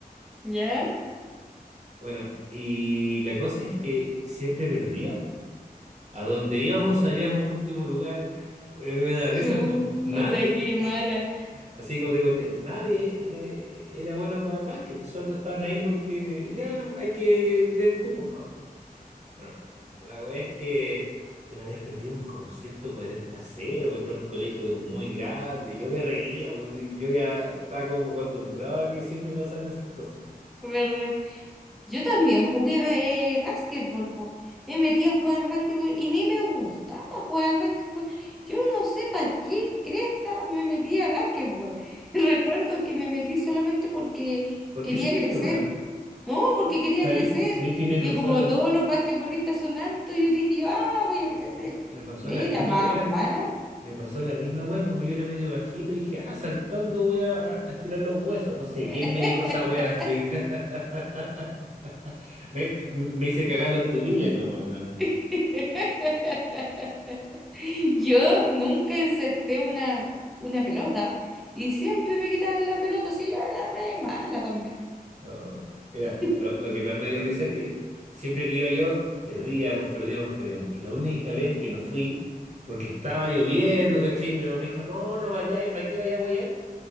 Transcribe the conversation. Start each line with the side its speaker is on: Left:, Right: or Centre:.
Centre: ¿Ya?
Right: Bueno, y la cosa es que siempre perdíamos. A donde íbamos salíamos último lugar. A mí me da risa
Centre: Chuta,
Right: porque nadie,
Centre: qué mala,
Right: así como te conté, nadie era era bueno para el básquet. Solo estaban ahí porque ya hay que tener cupo nomás, po. Bueno, la verdad es que una vez perdimos como 140-0 contra un colegio muy grande. Yo me reía, pues, y yo ya estaba como acostumbrado a que siempre pasaran esas cosas.
Centre: ¿verdad? Yo también jugué eh, básquetbol, po. Me metí a jugar básquetbol y ni me gustaba jugar básquetbol. Yo no sé para qué cresta me metí a básquetbol. <laughs> Recuerdo que me metí solamente porque
Right: Porque
Centre: quería
Right: sí,
Centre: crecer.
Right: nomás.
Centre: No,
Right: Oh,
Centre: porque quería
Right: ¿sabí-
Centre: crecer.
Right: ¿sabéis que me
Centre: Y
Right: pasó
Centre: como
Right: la,
Centre: todos los basquetbolistas son altos, yo dije, ah, voy a crecer.
Right: me pasó
Centre: Era
Right: la misma
Centre: más
Right: wea?
Centre: mala.
Right: Me pasó la misma wea, como yo era medio bajito, dije, ah, saltando voy a, a estirar los huesos. No sé quién
Centre: <laughs>
Right: me dijo esa wea, así. <laughs> Me, me hice cagar los tubillos nomás, weón.
Centre: <laughs> Yo nunca encesté una, una pelota y siempre me quitaban la pelota, si yo era re mala también.
Right: No, mira,
Centre: <laughs>
Right: lo, lo que más me dio risa es que siempre que iba yo, perdíamos, perdíamos, perdíamos. Y la única vez que no fui, porque estaba lloviendo, ¿cachai? Mi mamá me dijo, no, no vayáis, ¿para qué vaya a huear?